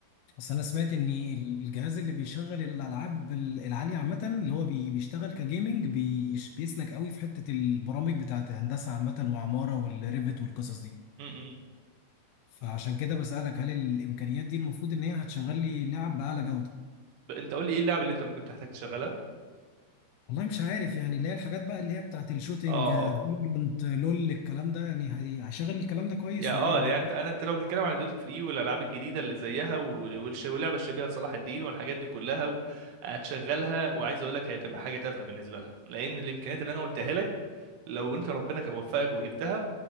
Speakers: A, on the left; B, on the right.
A: بس انا سمعت ان الجهاز اللي بيشغل الالعاب العاليه عامه اللي هو بي- بيشتغل كجيمنج بيش- بيسلك قوي في حته البرامج بتاعت هندسه عامه وعماره والريفت والقصص دي
B: امم
A: فعشان كده بسالك هل الامكانيات دي المفروض ان هي هتشغل لي لعب باعلى جوده
B: انت قول لي ايه اللعبه اللي انت ممكن تحتاج تشغلها
A: والله مش عارف يعني اللي هي الحاجات بقى اللي هي بتاعت الشوتينج
B: اه
A: آه،
B: اه
A: فالورانت، لول الكلام ده يعني هي- هيشغل الكلام ده كويس
B: يا اه
A: ولا ايه الدنيا
B: يعني انت انا انت لو بتتكلم على ديوتي فري والالعاب الجديده اللي زيها وال- والش- واللعبه الشبيهه لصلاح الدين والحاجات دي كلها و- هتشغلها وعايز اقول لك هتبقى حاجه تافهه بالنسبه لها لان الامكانيات اللي انا قلتها لك لو انت ربنا كان وفقك وجبتها